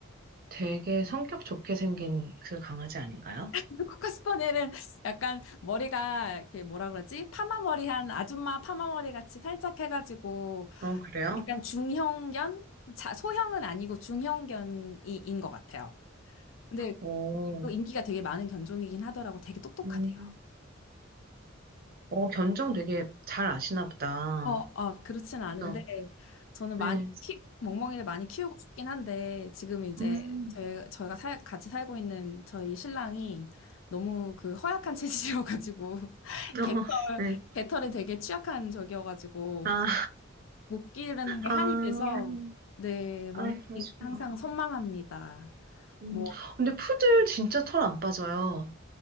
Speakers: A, on the right (about 45°); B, on the left (about 70°).
A: 되게 성격 좋게 생긴 그 강아지 아닌가요?
B: <laughs> 코카스퍼네는 약간 머리가 이렇게 뭐라 그러지? 파마머리한 아줌마 파마머리 같이 살짝 해가지고
A: 어, 그래요?
B: 약간 중형견? 자, 소형은 아니고 중형견인 것 같아요. 근데
A: 오,
B: 또 인기가 되게 많은 견종이긴 하더라고. 되게 똑똑하대요.
A: 음. 어, 견종 되게 잘 아시나 보다.
B: 어, 어, 그렇진 않은데
A: 그죠?
B: 저는 많이
A: 네.
B: 키 멍멍이를 많이 키우고 싶긴 한데 지금 이제
A: 음,
B: 저희 저희가 살, 같이 살고 있는 저희 신랑이 너무 그 허약한 체질이어가지고 <laughs>
A: 어,
B: 개털
A: 어, 네.
B: 개털에 되게 취약한 적이어가지고
A: 아,
B: 못 기르는 게
A: 아,
B: 한이 돼서 네 멍멍이
A: 아, 그러시구나.
B: 항상 선망합니다.
A: 음,
B: 뭐
A: 근데 푸들 진짜 털 안 빠져요.